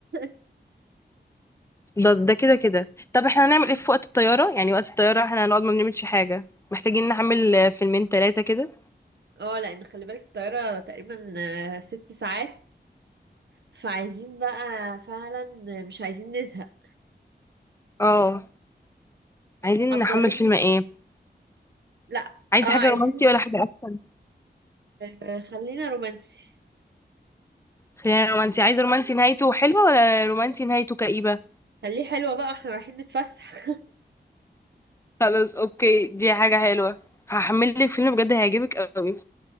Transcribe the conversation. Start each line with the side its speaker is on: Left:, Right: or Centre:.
Right: <laughs>
Left: ده ده كده كده طب احنا هنعمل ايه في وقت الطياره يعني وقت الطياره احنا هنقعد ما بنعملش حاجه محتاجين نعمل آه، فيلمين ثلاثه كده
Right: اه لان خلي بالك الطياره تقريبا آه، ست ساعات فعايزين بقى فعلا مش عايزين نزهق
Left: اه عايزين
Right: حضر
Left: نحمل فيلم ايه
Right: لا
Left: عايزه
Right: اه
Left: حاجه
Right: عايزين
Left: رومانتي ولا حاجه اكشن
Right: آه خلينا رومانسي
Left: خلينا رومانتي عايزه رومانتي نهايته حلوه ولا رومانتي نهايته كئيبه
Right: خليه حلوة بقى احنا رايحين نتفسح <laughs>
Left: خلاص اوكي دي حاجه حلوه هحمل لك فيلم بجد هيعجبك قوي